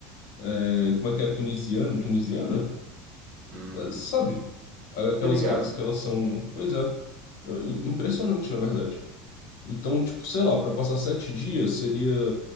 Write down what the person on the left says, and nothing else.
é, como é que é? Tunisiana? Tunisiana?
Ah, Sabe? Aquelas
casas que elas são. Pois é. Ah, im- Impressionante, na verdade. Então, tipo, sei lá, para passar sete dias seria.